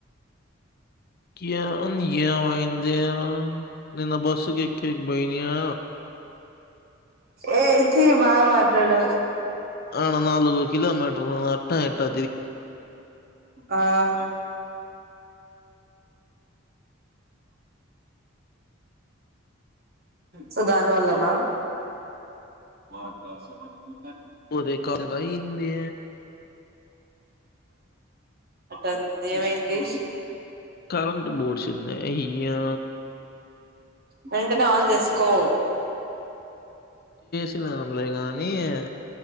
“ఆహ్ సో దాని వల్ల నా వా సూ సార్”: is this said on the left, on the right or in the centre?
Right